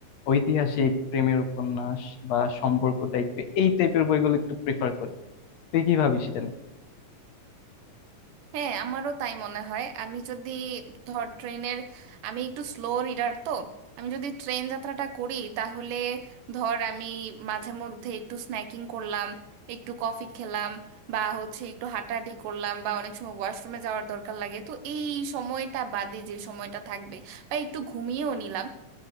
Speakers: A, on the left (about 65°); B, on the right (about 85°).
A: ঐতিহাসিক প্রেমের উপন্যাস বা সম্পর্ক টাইপের এই টাইপের বইগুলো একটু প্রেফার করি তুই কি ভাবিস এটা নিয়ে?
B: হ্যাঁ আমারও তাই মনে হয় আমি যদি ধর ট্রেনের আমি একটু স্লো রিডার তো আমি যদি ট্রেন যাত্রাটা করি তাহলে ধর আমি মাঝে মধ্যে একটু স্ন্যাকিং করলাম একটু কফি খেলাম বা হচ্ছে একটু হাঁটাহাঁটি করলাম বা অনেক সময় ওয়াশরুমে যাওয়ার দরকার লাগে তো এই সময়টা বাদে যে সময়টা থাকবে বা একটু ঘুমিয়েও নিলাম